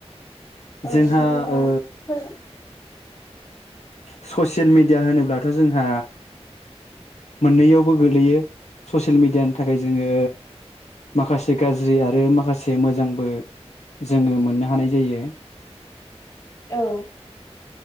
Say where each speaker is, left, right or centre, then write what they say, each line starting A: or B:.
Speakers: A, on the left; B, on the left.
A: औ
B: जोंहा
A: बिदिब्ला
B: ओ
A: फोरमाय
B: ससियेल मिडिया होनोब्लाथ' जोंहा मोननैयावबो गोलैयो ससियेल मिडियानि थाखाय जोङो माखासे गाज्रि आरो माखासे मोजांबो जोङो मोननो हानाय जायो।
A: औ